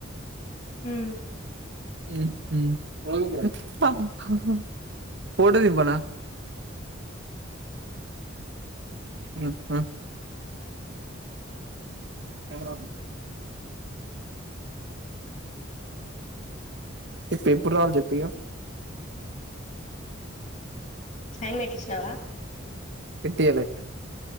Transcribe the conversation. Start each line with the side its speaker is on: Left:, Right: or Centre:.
Left: ఉమ్
Right: ఉ హు <unintelligible> ఫోటో దింప్పన్న అ హ్హా ఉమ్ ఈ ఎప్పుడు రాల చెప్పియా
Left: సైన్ పెట్టించినవ
Right: పెట్టియ్యలే